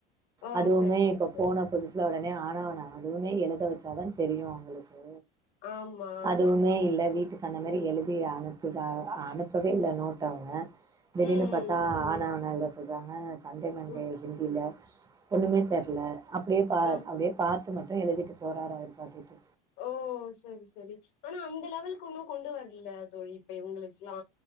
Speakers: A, on the left; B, on the right.
A: ஓ
B: அதுவுமே
A: சரி சரி
B: இப்ப
A: சரி
B: போன புது சுல ஒடனே ஆனா ஆவனா அதுவுமே எழுத வச்சாதா தெரியு அவுங்களுக்கு
A: ஆமா
B: அதுவுமே இல்ல வீட்டு அந்த மாரி எழுதி அனுப்புதா அனுப்பவே இல்ல நோட்ட அவ திடீர்னு
A: ம்
B: தா ஆனா ஆவனா எழுத சொல்றாங்க சண்டே மண்டே
A: ம் ம்
B: ஹிந்தில ஒன்னுமே தெரில அப்டியே பா
A: ஆ
B: அப்டியே பாத்து மட்டு எழுதிட்டு போறாரு அவரு பாட்டுக்கு
A: ஓ சேரி சேரி ஆனா அந்த லெவலுக்கு ஒன்னு கொண்டு வரல தோழி இப்ப இவ்ங்களுக்கெல்லா